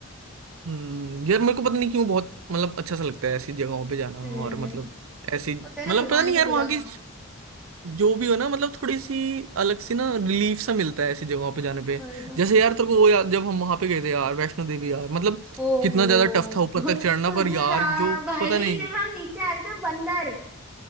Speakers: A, on the right (about 70°); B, in the centre.
A: हम्म यार मेरे को पता नहीं क्यों बहुत मतलब अच्छा सा लगता है ऐसी जगहों पे जाना
B: हम्म
A: और मतलब ऐसी
B: होता है
A: मतलब
B: ना भगवान
A: पता नहीं
B: का
A: यार
B: बुलावा
A: वहाँ की जो भी हो ना मतलब थोड़ी सी अलग सी ना रिलीफ सा मिलता है ऐसी जगहों पे जाने पे
B: पर तो
A: जैसे यार तेरे को वो यार जब हम वहां पे गए थे यार वैष्णो देवी यार मतलब
B: ओहो
A: कितना ज्यादा टफ था ऊपर
B: <laughs>
A: तक चढ़ना
B: तुझे
A: पर यार
B: यार
A: जो
B: भाई
A: पता नहीं
B: जब हम नीचे आ रहे थे वो बंदर